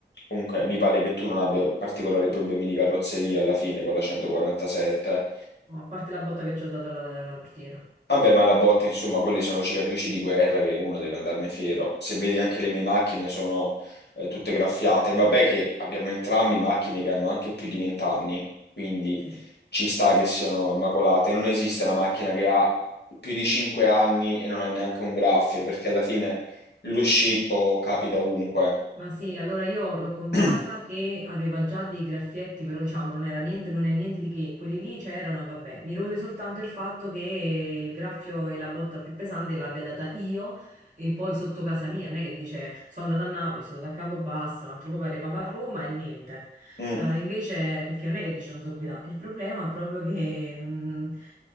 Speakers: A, on the left; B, on the right.
A: Comunque,
B: sì.
A: mi pare che tu non abbia particolari problemi di carrozzeria alla fine con la 147.
B: Oh, a parte la botta che ci ho dato alla alla portiera,
A: Vabbè, ma la botta, insomma, quelle sono cicatrici di guerra che uno deve andarne fiero. Se vedi anche le mie macchine sono eh, tutte graffiate. Vabbè che abbiamo entrambi macchine che hanno anche più di 20 anni, quindi
B: sì.
A: ci sta che siano immacolate. Non esiste una macchina che ha più di 5 anni e non ha neanche un graffio, perché alla fine lo scippo capita ovunque.
B: Ma sì, allora io l'ho comprata
A: <clears throat>
B: che aveva già dei graffietti, però diciamo non era niente, non è niente di che, quelli lì c'erano e vabbè, mi rode soltanto il fatto che il graffio e la botta più pesante l'abbia data io e poi sotto casa mia, non è che dice sono andata a Napoli, sono andata a Campobasso, un altro poco arrivava a Roma e niente.
A: Mm.
B: Eh, invece, perché non è che dice non so guidare, il problema è proprio che... non-